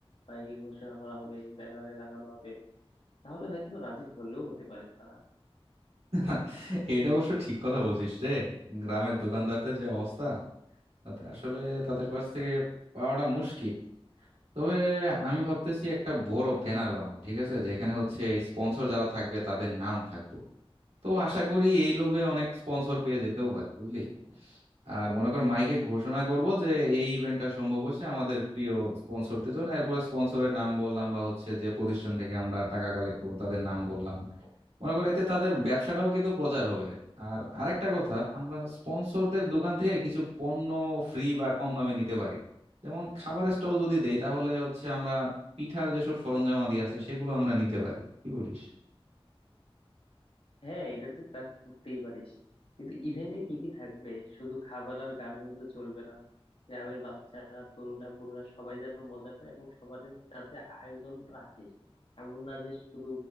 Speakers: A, on the left; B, on the right.
A: মাইকে ঘোষণা করা হবে ব্যানারে লাগানো হবে তাহলে হয়তো বা রাজি হলেও হতে পারে তারা
B: <laughs> এটা অবশ্য ঠিক কথা বলছিস রে গ্রামের দোকানদারদের যে অবস্থা তাতে আসলে তাদের কাছ থেকে পাওয়াটা মুশকিল তবে আমি ভাবতেছি একটা বড় ব্যানার বানাবো ঠিক আছে যেখানে হচ্ছে স্পন্সর যারা থাকবে তাদের নাম থাকবে তো আশা করি এই লোভে অনেক স্পন্সর পেয়ে যেতেও পারি বুঝলি আর মনে কর মাইকে ঘোষণা করব যে এই ইভেন্টটা সম্ভব হচ্ছে আমাদের প্রিয় স্পন্সরদের জন্য এরপরে স্পন্সরের নাম বললাম বা হচ্ছে যে প্রতিষ্ঠান থেকে আমরা টাকা কালেক্ট করবো তাদের নাম বললাম মনে করো এতে তাদের ব্যবসাটাও কিন্তু প্রচার হবে আর আরেকটা কথা আমরা স্পন্সরদের দোকান থেকে কিছু পণ্য ফ্রি বা কম দামে নিতে পারি যেমন খাবারের স্টল যদি দেই তাহলে হচ্ছে আমরা পিঠার যেসব সরঞ্জামাদি আছে সেগুলো আমরা নিতে পারি কি বলিস
A: হ্যাঁ এটা তুই কাজ করতেই পারিস কিন্তু ইভেন্টে কি কি থাকবে শুধু খাবার আর গান হলে তো চলবে না গ্রামের বাচ্চারা তরুণরা বুড়োরা সবাই যেন মজা পায় এবং সবার যাতে আয়োজন রাখিস এমন না যে শুধু